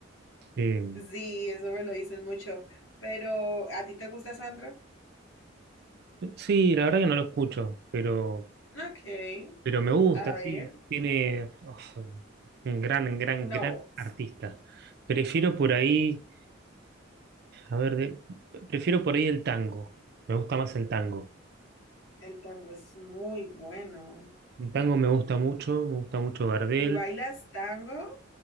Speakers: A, on the right; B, on the left.
A: Eh,
B: Sí, eso me lo dicen mucho, pero ¿a ti te gusta Sandro?
A: sí, la verdad que no lo escucho, pero,
B: Ok,
A: pero me gusta,
B: a ver,
A: sí. Tiene uf, un gran, gran,
B: una
A: gran
B: voz.
A: artista. Prefiero por ahí. A ver, de- prefiero por ahí el tango. Me gusta más el tango.
B: El tango es muy bueno.
A: El tango me gusta mucho, me gusta mucho Gardel.
B: ¿Y bailas tango?